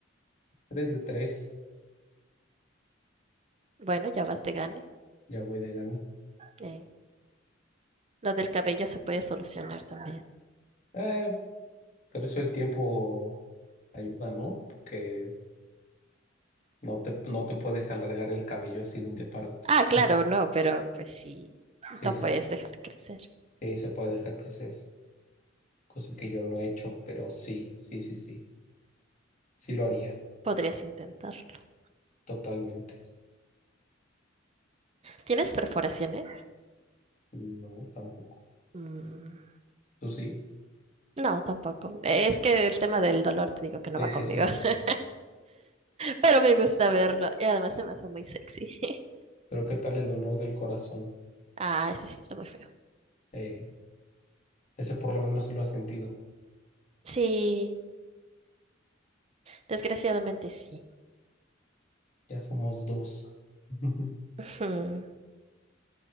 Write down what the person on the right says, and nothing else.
Bueno, ya vas de gane.
Eh, lo del cabello se puede solucionar también.
Ah, claro,
no, pero pues sí,
lo
puedes
dejar crecer.
Podrías intentarlo.
¿Tienes perforaciones?
Mm.
No, tampoco. Es que el tema del dolor te digo que
no va
conmigo,
<laughs> pero me gusta verlo y además se me hace muy sexy. <laughs>
Ah, ese sí está muy feo.
Sí, desgraciadamente sí.
<laughs> Ujú.